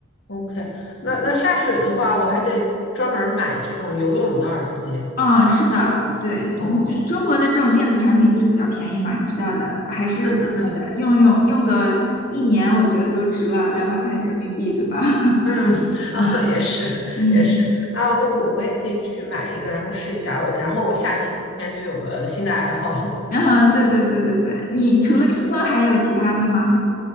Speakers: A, on the left; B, on the left.
A: OK，那那下水的话，我还得专门买这种游泳的耳机。
B: 嗯，是的，对，
A: 哦，
B: 嗯就中国的这种电子产品就是比较便宜嘛，你知道的，还是不错的，
A: 嗯嗯嗯。
B: 用用用个一年，我觉得都值了，两百块人民币，对吧？<laughs>
A: 嗯，<laughs> 啊，
B: 嗯
A: 也是，
B: 嗯，
A: 也是，啊，那我我也可以去买一个，然后试一下，然后我夏天就有了新的爱好了。
B: 然后对对对对对，你除了运动还有其他的吗？
A: 嗯。